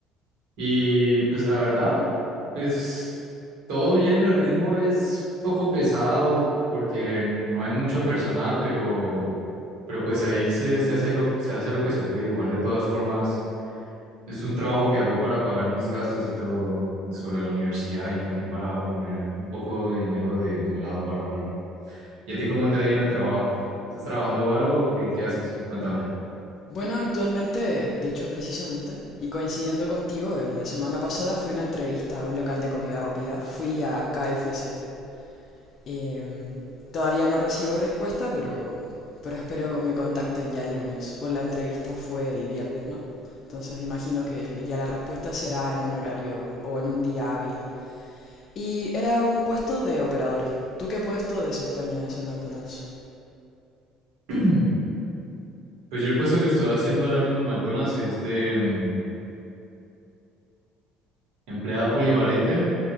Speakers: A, on the right (about 80°); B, on the left (about 45°).
A: Y pues la verdad, pues todo bien, el ritmo es poco pesado porque no hay mucho personal, pero, pero pues ahí se, se hace lo, se hace lo que se puede. Igual de todas formas, es un trabajo que hago para pagar mis gastos y todo sobre la universidad y también para poner un poco de dinero de, de un lado para ahorrar. ¿Y a ti cómo te ha ido en el trabajo? ¿Estás trabajando o algo? o ¿Qué, qué haces? Cuéntame.
B: Bueno, actualmente, de hecho precisamente, y coincidiendo contigo, en la semana pasada fui a una entrevista a un local de comida rápida, fui a KFC. Em, todavía no recibo respuesta, pero, pero espero me contacten ya el lunes, pues la entrevista fue el viernes, ¿no? Entonces imagino que el- ya la respuesta será en un horario o en un día hábil. Y era un puesto de operador. ¿Tú qué puesto desempeñas en McDonald's?
A: <clears throat> Pues yo el puesto que estoy haciendo ahora mismo en McDonald's es de mm, empleado polivalente.